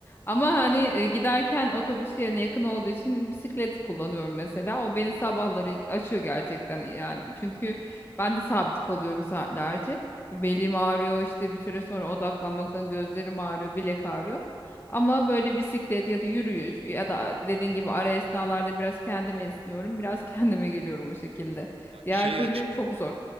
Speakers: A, on the left; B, on the right.
A: Ama hani e, giderken otobüs yerine yakın olduğu için bisiklet kullanıyorum mesela. O beni sabahları açıyor gerçekten yani. Çünkü ben de sabit kalıyorum saatlerce. Belim ağrıyor işte bir süre sonra odaklanmaktan gözlerim ağrıyor, bilek ağrıyor. Ama böyle bisiklet ya da yürüyüş ya da dediğin gibi ara esnalarda biraz kendime esniyorum, biraz <laughs> kendime geliyorum o şekilde.
B: Ya
A: Diğer
B: şey
A: türlü
B: aç
A: çok zor.